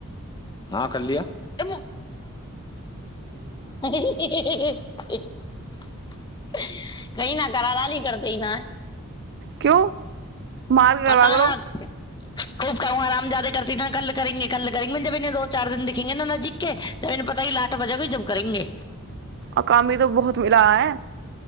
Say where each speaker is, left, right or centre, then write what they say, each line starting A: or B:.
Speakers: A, on the left; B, on the right.
A: हाँ करलिया <unintelligible> हे हे <inaudible> कहीँ न करालाली करतै न
B: क्यो मार
A: पता
B: करबा
A: ना
B: करो
A: खूब कहू हरामजादे करती तऽ कल करेंगे कल करेंगे दो चार दिन दिखेंगे नजदिक के तब इने पता चलेंगे
B: आ काम भी तो बहुत मिला है